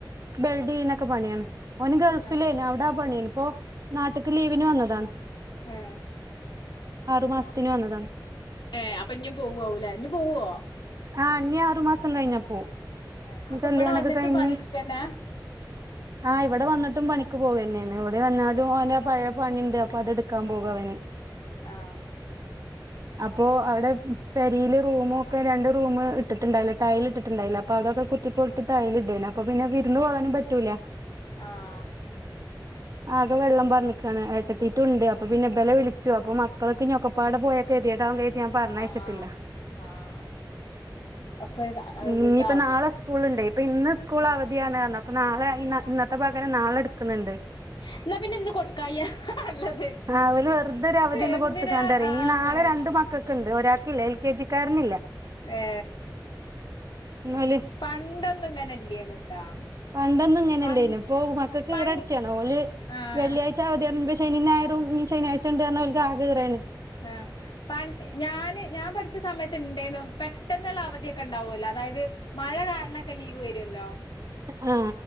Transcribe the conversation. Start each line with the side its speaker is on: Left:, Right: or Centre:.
Right: ബെൽഡ് ഏയ്ന്നൊക്കെ പണിയാണ് ഓന് ഗൾഫില്
Left: ആഹ്
Right: അയിനു അവിടാ പണിയേനു ഇപ്പോ നാട്ട്ക്ക് ലീവിന് വന്നതാണ്
Left: ഏഹ്
Right: ആറുമാസത്തിന് വന്നതാണ്
Left: ഏ അപ്പോ ഇനിം പോവവൂല ഇനി പോവോ
Right: ആ ഇനി ആറു മാസം കഴിഞ്ഞാ പോകും
Left: ഏ അപ്പൊ
Right: കല്യാണൊക്കെ
Left: ഇവിടെ വന്നിട്ടും
Right: കഴിഞ്ഞു
Left: പണിയെടുക്കന്നെ
Right: ആഹ ഇവിടെ വന്നിട്ടും പണിക്ക പോകന്നെയാണ് ഇവിടെ വന്നാലും അവന്റെ പഴയ പണിണ്ട് അപ്പൊ അതെടുക്കാൻ പോകും അവന്
Left: ആ
Right: അപ്പോ അവിടെ പെരിയില് റൂമൊക്കെ രണ്ട് റൂമ ഇട്ടിട്ടുണ്ടായില്ല ടൈല് ഇട്ടിട്ടുണ്ടായില്ല അപ്പൊ അതൊക്കെ കുത്തിപ്പോട്ടി ടൈല് ഇടേന് അപ്പൊ പിന്നെ വിരുന്ന് പോകാനും പറ്റൂല
Left: ആഹ്
Right: ആകെ വെള്ളം പറഞ്ഞ ട്ടെത്തിയിട്ടുണ്ട് അപ്പൊ പിന്നെ ബില വിളിച്ചു അപ്പൊ മക്കൾക്ക് ഞൊക്കപ്പാടെ പോയൊക്കെ എരിയടാൻ ഞാൻ പറഞ്ഞയിച്ചിട്ടില്ല
Left: ആഹ് ആഹ് ഒക്കെ
Right: ഇനി
Left: ഇതാകും
Right: ഇപ്പോ നാളെ സ്കൂളി ഇപ്പൊ ഇന്ന് സ്കൂൾ അവധിയാണ് അപ്പ നാളെ ഇന്നത്തെ പകരം നാളെ എടുക്കുന്നുണ്ട്
Left: എന്നാ പിന്നെ എന്ത് കൊടുക്കായ നല്ലത്
Right: ആ അവല് വെറുതൊരു അവധിന്ന്
Left: എന്തിനാ
Right: കൊടുക്കണ്ടിയ
Left: ആന്ന്
Right: ഈ നാളെ രണ്ട് മക്കൾ ണ്ട് ഒരാക്കില്ല എൽ കെ ജിക്കാരനില്ല
Left: ഏ
Right: ഓല്
Left: പണ്ടൊന്നും ഇങ്ങന ഇല്ലേന്നുട്ടാ
Right: വണ്ടൊന്നും ഇങ്ങനല്ല
Left: പണ്ട്
Right: ഇന് പോകും മക്കെ കീറടിച്ചാണ്
Left: പൺ
Right: ഓല്
Left: ആഹ്
Right: വെള്ളിയാഴ്ച അവധി ശനി ഞായരും ഈ ശനിയഴ്ച ഉണ്ട തഞ്ഞ ആഗഹയാണ്
Left: ആ പ ഞാൻ ഞാൻ പഠിച്ച സമയത്ത് ഉണ്ടേെന്ന പെ പെട്ടെന്നുള്ള അവധിയൊക്കെ ഉണ്ടാവുമല്ലോ അതായത് മഴ കാരണൊക്കെ ലീവ് വരുല്ലോ
Right: ആ